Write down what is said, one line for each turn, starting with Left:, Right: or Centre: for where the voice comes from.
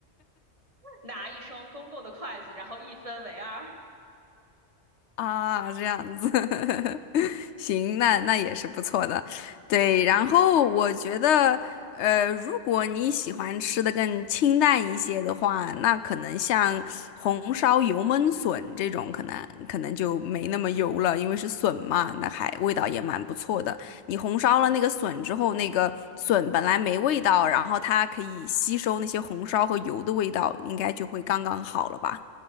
Right: 拿一双公共的筷子，然后一分为二。
Left: <laughs> 啊，这样子。<laughs> 行，那那也是不错的，对。然后我觉得，呃，如果你喜欢吃的更清淡一些的话，那可能像红烧油焖笋这种，可能可能就没那么油了，因为是笋嘛，那还味道也蛮不错的。你红烧了那个笋之后，那个笋本来没味道，然后它可以吸收那些红烧和油的味道，应该就会刚刚好了吧？